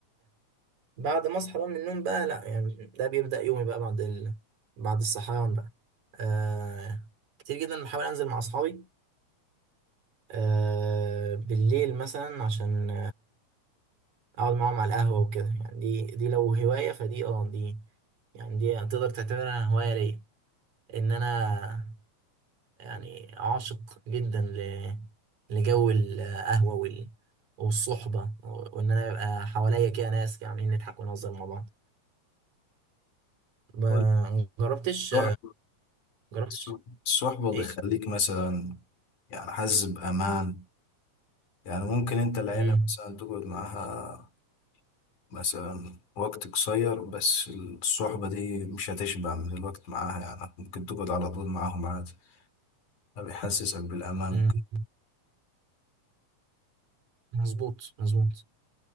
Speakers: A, on the right (about 70°); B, on the left (about 85°).
A: بعد ما أصحى بقى من النوم بقى لأ يعني ده بيبدأ يومي بقى بعد ال... بعد الصحيان بقى آه، كتير جدا بحاول أنزل مع أصحابي آه، بالليل مثلا عشان اقعد معاهم على القهوة وكده يعني دي دي لو هواية فدي اه دي يعني دي تقدر تعتبرها هواية ليا ان انا يعني عاشق جدا ل... لجو القهوة وال... والصحبة وان انا يبقى حواليا كده ناس عاملين نضحك ونهزر مع بعض ما
B: هو
A: جربتش
B: تروح
A: جربتش
B: الصح- الصحبة
A: ايه
B: بتخليك مثلا يعني حاسس بأمان يعني ممكن أنت العيلة
A: امم
B: مثلا تقعد معاها مثلا وقت قصير بس الصحبة دي مش هتشبع من الوقت معاها يعني ممكن تقعد على طول معاهم عادي ده بيحسسك بالأمان
A: امم مظبوط مظبوط